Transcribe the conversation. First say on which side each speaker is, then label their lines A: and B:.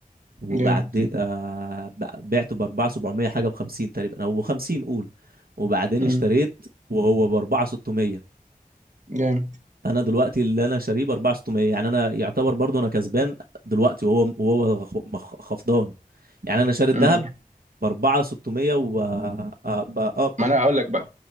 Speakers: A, on the right (about 75°); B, on the right (about 50°).
A: وبعدين
B: جامد
A: آه بع- بعته ب 4700 حاجه ب 50 تقريبا او ب 50 قول وبعدين
B: امم
A: اشتريت وهو ب 4600
B: جامد
A: انا دلوقتي اللي انا شاريه ب 4600 يعني انا يعتبر برضو انا كسبان دلوقتي وهو وهو خ- مخ- خفضان يعني انا شاري الذهب
B: امم
A: ب 4600 و اه
B: ما انا اقول لك بقى